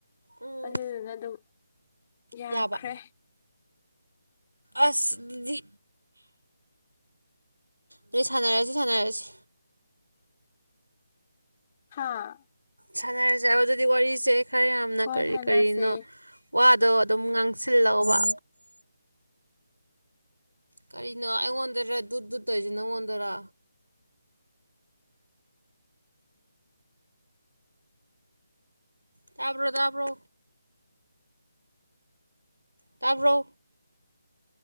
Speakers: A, on the right; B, on the left.
A: ꯎꯝ
B: ꯑꯗꯨꯗꯨꯅ ꯗꯨꯝ ꯌꯥꯈ꯭ꯔꯦ
A: ꯌꯥꯕ ꯑꯁ ꯗꯨꯗꯤ ꯗꯨꯗꯤ ꯁꯥꯟꯅꯔꯖꯤ ꯁꯥꯟꯅꯔꯖꯤ
B: ꯍꯥꯥ
A: ꯁꯅꯔꯁꯦꯕ ꯑꯗꯨꯗꯤ ꯋꯥꯔꯤꯔꯤꯁꯦ ꯈꯔ ꯌꯥꯝꯅ
B: ꯍꯣꯏ
A: ꯀꯔꯤ
B: ꯁꯥꯟꯅꯁꯦ
A: ꯀꯔꯤꯅꯣ ꯋꯥꯗꯣ ꯗꯨꯝ ꯉꯥꯡꯁꯤꯜꯂꯣꯕ ꯀꯔꯤꯅꯣ ꯑꯩꯉꯣꯟꯗꯔꯥ ꯗꯨꯠ ꯗꯨꯠꯇꯧꯏꯖꯤ ꯅꯪꯉꯣꯟꯗꯔ ꯇꯥꯕ꯭ꯔꯣ ꯇꯥꯕ꯭ꯔꯣ ꯇꯥꯕ꯭ꯔꯣ